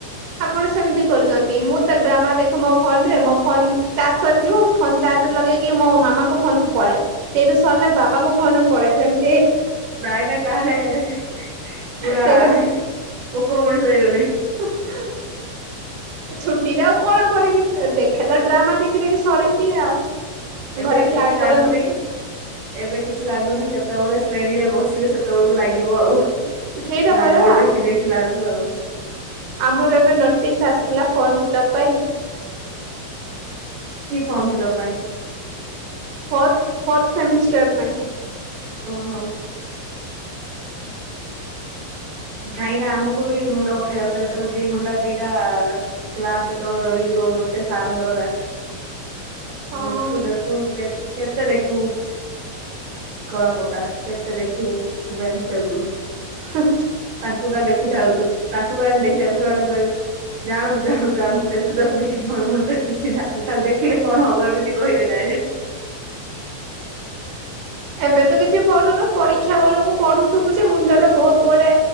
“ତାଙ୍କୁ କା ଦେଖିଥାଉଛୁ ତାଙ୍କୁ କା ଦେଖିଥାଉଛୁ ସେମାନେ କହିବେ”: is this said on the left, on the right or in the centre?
Right